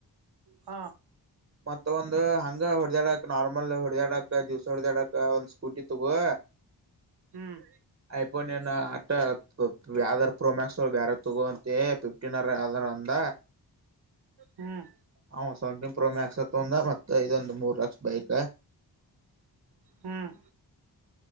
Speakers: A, on the right; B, on the right.
A: ಹಾ
B: ಮತ್ತ ಒಂದು್ ಹಂಗ ಹೊಡೆದ್ಯಾಡ ನಾರ್ಮಲ್ ಹೊ. ಹೊಡದ್ಯಾಡಕ್ಕ ದಿವ್ಸ ಹೊಡ್ದ್ಯಾಡಕ್ಕ ಒಂದ್ ಸ್ಕೂಟಿ ತಗೋವ.
A: ಹ್ಮ್
B: ಐಫೋನ್ ಆತ್ತ. ಯಾವ್ದಾರ ಪ್ರೋಮ್ಯಾಕ್ಸ್ ಬ್ಯಾರ ತಗೋಂತೆ ಫಿಫ್ಟೀನ್ರ್ ಯಾವ್ದ ಅಂದ.
A: ಹ್ಮ್
B: ಹ ಸೆವೆಂಟನ್ ಪ್ರೋ ಮ್ಯಾಕ್ಸ್ ಅ ತೊಂದ ಮತ್ತ ಇದೊಂದು ಮೂರ್ ಲಕ್ಷ ಬೈಕ್.
A: ಹ್ಮ್.